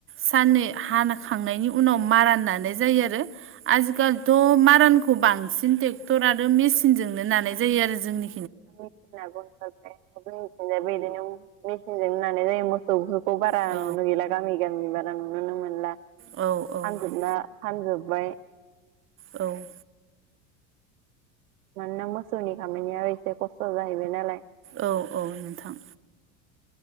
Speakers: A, on the right; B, on the right.
A: साननै हानाखांनायनि उनाव मारा नानाय जायो आरो आजिखाालथ' मारानखौ बांसिन ट्रेक्टर आरो मेसिनजोंनो नानाय जायो आरो जोंनि
B: मेसिनाबो ओंखारबाय जोंनिथिंजायबो बिदिनो मेचनजों नानाय जायो मोसौ खौ बारा
A: औ
B: नुनो गैला गामि गामि बारा नुुनोनो मोनला
A: औ औ
B: फानजोबना फानजोब्बाय
A: औ
B: मानोना मोसौनि खामानिया एसे खस्थ' जाहैबाय नालाय
A: औ औ नोंथां